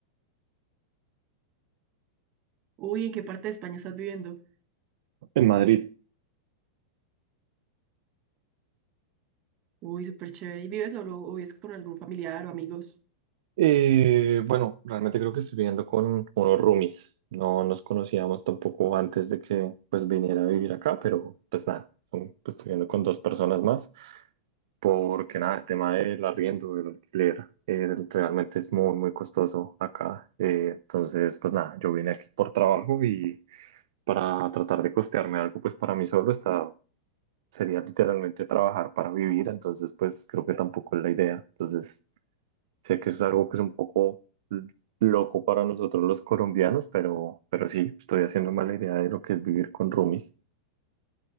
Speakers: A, on the right; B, on the right.
A: Uy, ¿en qué parte de España estás viviendo?
B: En Madrid,
A: Uy, súper chévere. ¿Y vives solo o vives con algún familiar o amigos?
B: Eh, bueno, realmente creo que estoy viviendo con unos roomies. No nos conocíamos tampoco antes de que pues viniera a vivir acá, pero pues nada, son- pues, estoy viviendo con dos personas más, porque nada, el tema del arriendo, del alquiler, eh, realmente es muy, muy costoso acá. Eh, entonces, pues nada, yo vine aquí por trabajo y para tratar de costearme algo, pues para mí solo está, sería literalmente trabajar para vivir, entonces pues creo que tampoco es la idea. Entonces... Sé que es algo que es un poco l- loco para nosotros los colombianos, pero, pero sí, estoy haciendo mala idea de lo que es vivir con roomies.